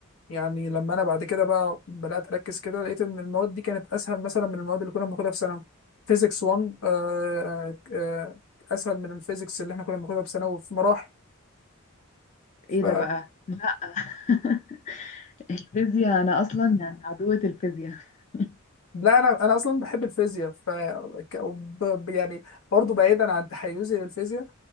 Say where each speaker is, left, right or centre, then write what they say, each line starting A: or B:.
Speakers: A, on the left; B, on the left.
A: يعني لما انا بعد كده بقى بدات اركز كده لقيت ان المواد دي كانت اسهل مثلا من المواد اللي كنا بناخدها في ثانوي فيزيكس 1 آه، آه، آه، اسهل من الفيزيكس اللي احنا كنا بناخدها في ثانوي في مراحل ف
B: ايه ده بقى <laughs> الفيزياء انا اصلا يعني عدوة الفيزياء <laughs>
A: لا انا انا اصلا بحب الفيزياء ف ك- وب- ب- يعني برضو بعيدا عن تحيزي للفيزياء